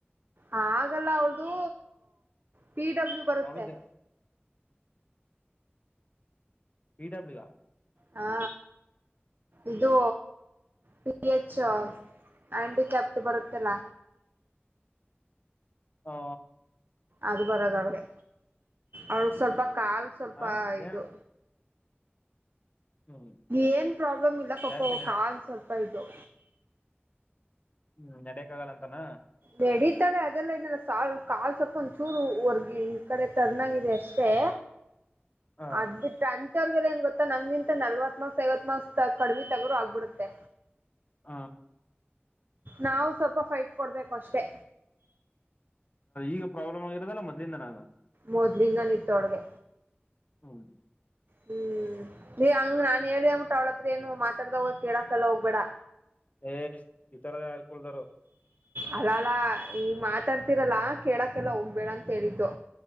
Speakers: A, on the right (about 55°); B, on the left (about 35°).
A: ಹಾಗಲ್ಲ ಅವಳ್ದು ಪಿ ಡಬ್ಲ್ಯೂ ಬರುತ್ತೆ
B: ಅವಳು ಪಿ ಡ ಬ್ಲೂಯೂ ಆ
A: ಹಾ ಇದು ಪಿ ಹೆಚ್
B: ಹ
A: ಹ್ಯಾಂಡಿಕ್ಯಾಪ್ಟ ಬರುತ್ತಲ್ಲ
B: ಹಾ
A: ಅದು ಬರದ ಅವಳಿಗೆ ಅವಳಗ್ ಸ್ವಲ್ಪ ಕಾಲ್ ಸ್ವಲ್ಪ
B: ಹ
A: ಇದು
B: ಏನ್ ಹ್ಮ್
A: ಏನ್ ಪ್ರಾಬ್ಲಮ್ ಇಲ್ಲ ಪಾಪ
B: ಜಾಸ್ತಿ ಹ್ಮ್
A: ಕಾಲ್ ಸ್ವಲ್ಪ ಇದು
B: ಹ್ಮ್ ನಡಕ್ ಆಗಲ್ಲ ಅಂತನ
A: ನಡೀತಾಳೆ ಅದೆಲ್ಲ ಏನಿಲ್ಲ ಕಾ ಕಾಲ್ ಸ್ವಲ್ಪ ಒಂಚೂರು ವರ್ಗಿ ಈ ಕಡೆ ಟರ್ನ್ ಆಗಿದೆ ಅಷ್ಟೇ
B: ಹ
A: ಅದು ತನ್ <unintelligible> ಏನ್ ಗೊತ್ತಾ ನಮಗಿಂತ ನಲವತ್ತ ಮಾರ್ಕ್ಸ್ ಐವತ್ ಮಾಕ್ಸ ಕಡಿಮ ತಗೋರು ಆಗ್ಬಿಡುತ್ತೆ
B: ಹಾ
A: ನಾವು ಸ್ವಲ್ಪ ಫೈಟ್ ಕೊಡ್ಬೇಕು ಅಷ್ಟೇ
B: ಈಗ ಪ್ರಾಬ್ಲಮ ಆಗಿರೋದಲ್ಲ ಮೊದಲಿಂದನು
A: ಮೊದ್ಲಿಂದನು ಇತ್ತು ಅವಳ್ಗೆ
B: ಹೌದು
A: ಹ್ಮ್ ನೀ ಹಂಗ ನಾನ್ ಹೇಳ್ದ ಅಂದ್ಬಿಟ್ಟ ಅವಳತ್ರ ಏನು ಮಾತಾಡ್ದ ಹ ಕೇಳಕಲ್ಲ ಹೋಗ್ಬೇಡ
B: ಏ ಈ ತರ ಯಾರ್ಕಳದಾರ
A: ಅಲ್ಲ ಅಲ್ಲಾ ಈ ಮಾತಾಡ್ತಿರಲ್ಲ ಕೇಳಕ್ಕೆಲ್ಲ ಹೋಗ್ಬೇಡ ಅಂತ ಹೇಳಿದ್ದು